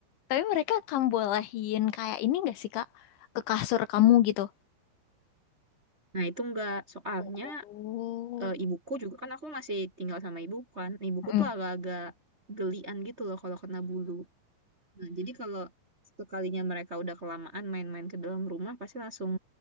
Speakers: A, on the left; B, on the right.
A: Tapi mereka kamu bolehin kayak ini gak sih Kak? Ke kasur kamu gitu.
B: nah itu nggak soalnya
A: Oh.
B: eh, ibuku juga kan aku masih tinggal sama ibuku kan ibuku
A: Mm.
B: tuh agak-agak gelian gitu loh kalau kena bulu nah jadi kalau sekalinya mereka udah kelamaan main-main ke dalam rumah pasti langsung